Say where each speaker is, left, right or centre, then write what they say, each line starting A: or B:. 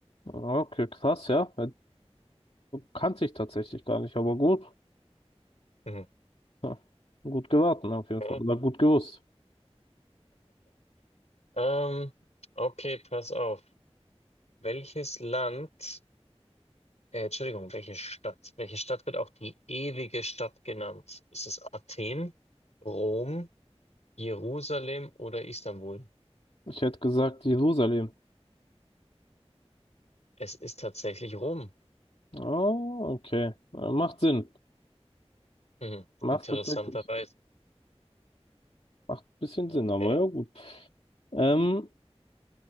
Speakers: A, on the left; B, on the left.
A: Okay, krass, ja. Kannte ich tatsächlich gar nicht, aber gut.
B: Mhm.
A: Ja, gut geraten auf
B: <laughs>
A: jeden Fall. Oder gut gewusst.
B: Ähm, okay, pass auf. Welches Land, äh, Entschuldigung, welche Stadt? Welche Stadt wird auch die ewige Stadt genannt? Ist es Athen, Rom, Jerusalem oder Istanbul?
A: Ich hätte gesagt Jerusalem.
B: Es ist tatsächlich Rom.
A: Ah, okay. Äh, Macht Sinn.
B: Mhm.
A: Macht
B: Interessanterweise.
A: tatsächlich. Macht ein bisschen
B: Okay.
A: Sinn, aber ja gut. Ähm,